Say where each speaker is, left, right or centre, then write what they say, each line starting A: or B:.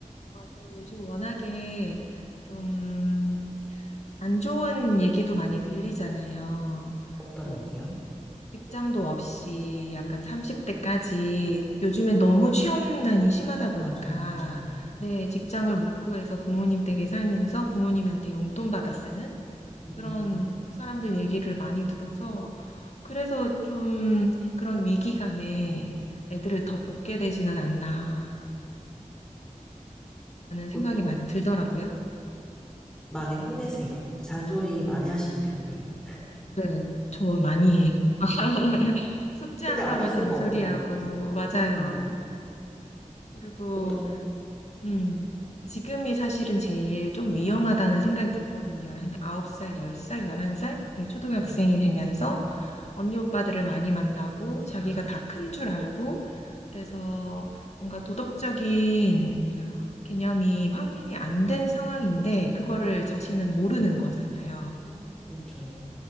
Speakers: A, on the left; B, in the centre.
A: 맞아요. 요즘 워낙에 좀 안 좋은 얘기도 많이 들리잖아요.
B: 어떤
A: 뭐,
B: 얘기요?
A: 직장도 없이 약간 30대까지 요즘에 너무 취업난이 심하다 보니까,
B: 맞아요, 맞아요.
A: 네, 직장을 못 구해서 부모님 댁에 살면서 부모님한테 용돈 받아 쓰는
B: 음,
A: 그런 사람들 얘기를 많이 들어서 그래서 좀 그런 위기감에 애들을 더 볶게 되지는 않나라는
B: 보통
A: 생각이 많이 들더라고요.
B: 많이 혼내세요. 잔소리 많이 하시는 편이에요.
A: 네, 저 많이 해요. <laughs> 숙제하라고
B: 근데 안 할 수가
A: 잔소리하고
B: 없잖아요, 그죠?
A: 맞아요.
B: 네.
A: 그리고
B: 보통.
A: 음 지금이 사실은 제일 좀 위험하다는 생각이 들거든요. 한 9살, 10살, 11살 초등학생이
B: 음.
A: 되면서 언니 오빠들을 많이 만나고 자기가
B: 아,
A: 다 큰 줄 알고 그래서 뭔가 도덕적인 개념이 확립이 안 된 상황인데 그거를 자신은 모르는 거잖아요.
B: 아, 그렇죠.